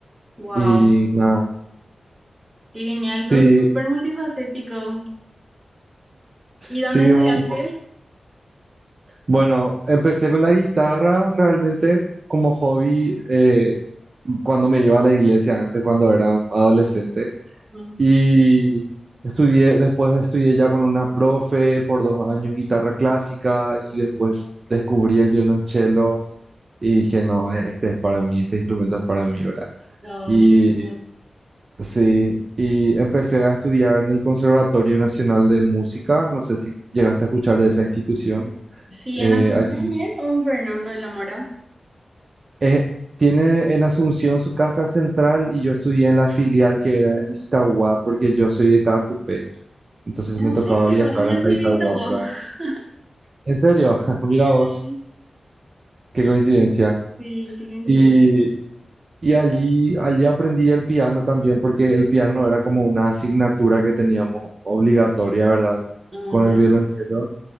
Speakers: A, on the right (about 15°); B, on the right (about 45°).
A: Wow.
B: Y nada,
A: Qué genial, sos
B: sí,
A: súper multifacético. ¿Y dónde
B: sí,
A: estudiaste?
B: un po- Bueno, empecé con la guitarra realmente como hobby eh, cuando me iba a la iglesia antes, cuando era adolescente.
A: Ujú.
B: Y estudié, después estudié ya con una profe por dos años guitarra clásica y después descubrí el violonchelo y dije, no, e, este es para mí, este instrumento es para mí, ¿verdad?
A: No,
B: Y
A: qué genial.
B: sí, y empecé a estudiar en el Conservatorio Nacional de Música, no sé si llegaste a escuchar de esa institución
A: Sí,
B: eh,
A: en Asunción,
B: allí.
A: ¿eh? ¿O en Fernando de la Mora?
B: Eh, tiene en Asunción su casa central y yo estudié en la filial que era en Itagua porque yo soy de Cada Entonces
A: ¿En
B: me tocaba
A: serio?
B: viajar
A: Y
B: hasta
A: yo soy
B: Itagua
A: de Itauguá.
B: para...
A: <laughs>
B: ¿En serio? <laughs> Mira
A: Sí,
B: vos, qué coincidencia.
A: sí, qué coincidencia.
B: Y, y allí, allí aprendí el piano también, porque el piano era como una asignatura que teníamos obligatoria, ¿verdad?
A: Ah,
B: Con
A: ya.
B: el violonchelo.